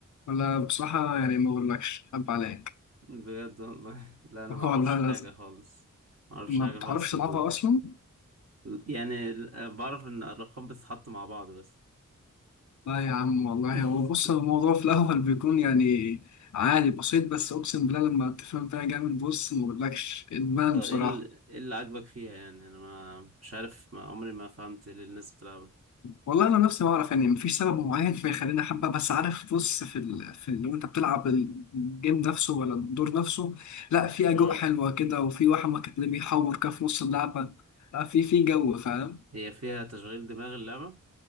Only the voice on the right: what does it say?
بجد والله <laughs> لا انا
ما اعرفش
حاجه خالص ما اعرفش
حاجه
خالص في
الدومنة
يعني ال- آه، بعرف ان الارقام بتتحط مع بعض بس
<laughs>
طب ايه
ال- ايه اللي عاجبك فيها يعني انا ما مش عارف ما عمري ما فهمت ليه الناس بتلعبها
امم
هي فيها تشغيل دماغ اللعبة